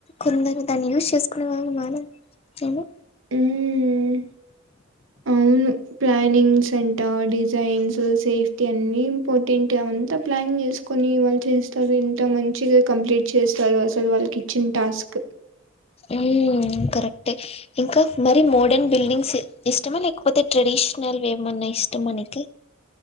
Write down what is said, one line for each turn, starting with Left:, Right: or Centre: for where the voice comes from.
Left: కొందరు దాన్ని యూజ్ చేసుకునే వాళ్ళు మనమ్ ఏమో
Right: హ్మ్ అవును ప్ల ప్లానింగ్స్ అంట డిజైన్స్ సేఫ్టీ అన్ని ఇంపార్టెంట్ అంతా ప్లాన్ చేసుకొని వాళ్ళు చేస్తారు. ఇంత మంచిగా కంప్లీట్ చేస్తారు అసలు వాళ్ళకి చిన్ంటాస్క్
Left: హ్మ్ కరెక్ట్ ఇంకా మరి మోడర్న్ బిల్డింగ్స్ ఇష్టమా లేకపోతే ట్రెడిషనల్ వేమన్నా ఇష్టమా నికి